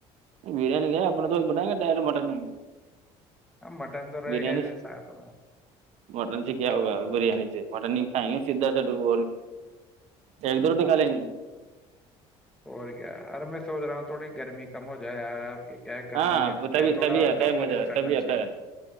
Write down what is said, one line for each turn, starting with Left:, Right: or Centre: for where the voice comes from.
Right: بریانی کیا ہے اپنا تو بتائیں گے ڈائر مٹن ہی
Centre: اب مٹن تو رہے
Right: بریانی
Centre: گا ایسے ساتھ میں
Right: مٹن سے کیا ہوگا بریانی سے مٹن ہی ت سیدھا سٹ اور ایک دورٹی ک ل نہیں
Centre: اور کیا یار میں سوچ رہا ہوں تھوڑی گرمی کم ہو جائے یار آپ کی کیا گرمی
Right: ہاں
Centre: میں
Right: تبھی
Centre: کیا تھوڑا
Right: تبھی
Centre: ہلکا
Right: آتا ہے
Centre: بوجن
Right: مزہ
Centre: کرنا
Right: تبھی
Centre: چاہیے
Right: آتا ہے